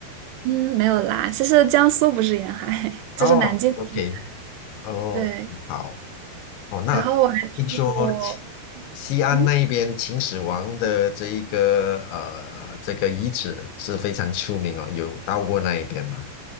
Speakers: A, on the right; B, on the left.
A: 嗯没有啦，其实江苏不是沿海，<laughs> 就是南京不是沿
B: 哦，OK，哦，
A: 海对，
B: 好，哦，那听说西
A: 然后我还去过
B: 西安那一边秦始皇的这一个呃这个遗址是非常出名哦，
A: 嗯
B: 有到过那一边吗？